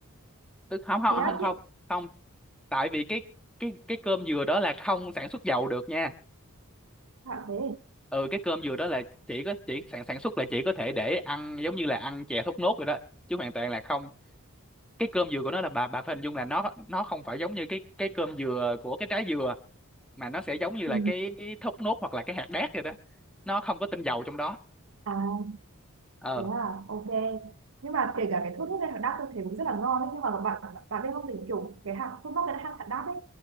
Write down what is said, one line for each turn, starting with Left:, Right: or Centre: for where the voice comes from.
Centre: tức không không
Right: thế á
Centre: không không
Right: thế
Centre: không tại vì cái cái cái cơm dừa đó là không sản xuất dầu được nha
Right: à, thế
Centre: ừ cái cơm dừa đó là chỉ có chỉ sản sản xuất là chỉ có thể để ăn giống như là ăn chè thốt nốt rồi đó chứ hoàn toàn là không cái cơm dừa của nó là bà bà phải hình dung là nó nó không phải giống như cái cái cơm dừa của cái trái dừa mà nó sẽ giống như
Right: ừ.
Centre: là cái, cái thốt nốt hoặc là cái hạt đác rồi đó nó không có tinh dầu trong đó
Right: à
Centre: ờ
Right: thế à ok nhưng mà kể cả cái thốt nốt hay hạt đác tôi thấy cũng rất là ngon ấy nhưng mà bạn bạn biết không thì kiểu cái hạt thốt nốt với hạt hạt đác ấy